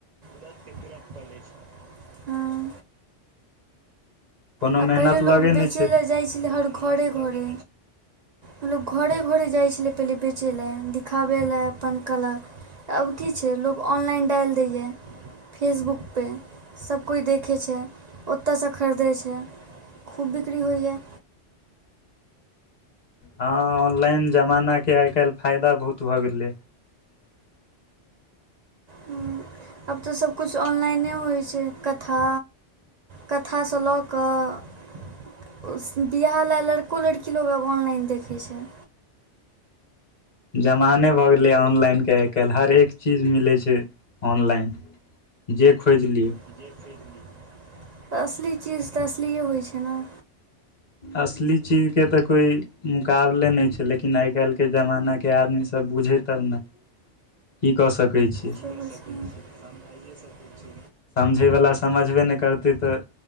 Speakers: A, on the right; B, on the left.
A: तुरन्त के तुरन्त क लै छैय। हां
B: कोनो
A: आ
B: मेहनत
A: पहिले लोक
B: लगे
A: बेचय
B: नहि छै
A: लए जाइ छलै हर खरे घरे। मतलब घरे घरे जाइ छलै पहिले बेचय लए दिखाबै लेए अपन कला। आब की छैय लोक ऑनलाइन डालि दैया। फेसबुकपे सबकोइ देखै छैय ओतयसँ खरीदै छैय। खूब बिकरी होइया
B: हँ ऑनलाइन जमानाके आइ काल्हि फाइदा बहुत भऽ गेलै।
A: हूँ आब तऽ सबकिछ ऑनलाइने होइ छैय कथा कथासँ लऽ कऽ बियाह लए लड़को लड़की लोक आब ऑनलाइन देखै छैय।
B: जमाने भऽ गेलैया ऑनलाइनके आइ काल्हि हरेक चीज मिलै छैय ऑनलाइन। जे खोज लिय।
A: <unintelligible> तऽ असली चीज तऽ असलिये होइ छैय न।
B: असली चीज के तऽ कोइ मुकाबले नै छै लेकिन आइ काइल केँ ऐ जमाना केँ आदमी सब बुझे तब न <inaudible> की कऽ सकै छी।
A: <unintelligible> सबझवला समझ
B: समझैवला समझबे नहि करतै तऽ